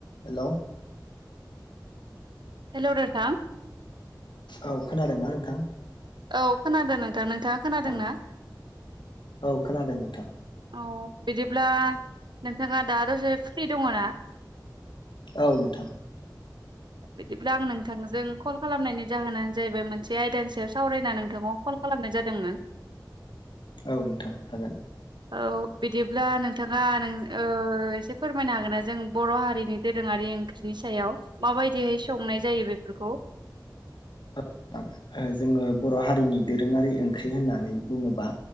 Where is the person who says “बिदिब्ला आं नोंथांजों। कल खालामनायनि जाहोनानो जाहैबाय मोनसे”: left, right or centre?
Right